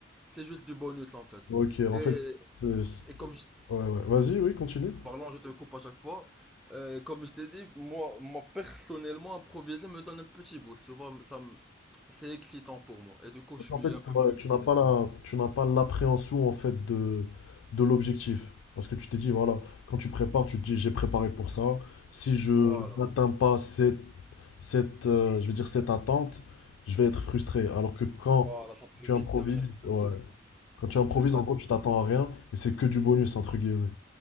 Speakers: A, in the centre; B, on the left.
A: c'est juste du bonus en fait.
B: Ok, en
A: Et,
B: fait, c'est- c'est-
A: et comme je
B: ouais, ouais. Vas-y, oui, continue.
A: Pardon, je te coupe à chaque fois. Euh, comme je t'ai dit, moi, moi personnellement, improviser me donne un petit boost. Tu vois, ça, me- c'est excitant pour moi. Et du coup,
B: Parce
A: je suis
B: qu'en fait,
A: un peu
B: ouais,
A: plus boosté.
B: tu n'as pas la, tu n'as pas l'appréhension en fait de, de l'objectif. Parce que tu t'es dit, voilà, quand tu prépares, tu te dis, j'ai préparé pour ça. Si je
A: Voilà,
B: n'atteins pas cette, cette, euh, je veux dire, cette attente, je vais être frustré. Alors que quand
A: voilà, ça peut
B: tu
A: vite
B: improvises,
A: devenir cool,
B: ouais,
A: fresque.
B: quand tu improvises,
A: Exactement.
B: en gros, tu t'attends à rien et c'est que du bonus, entre guillemets.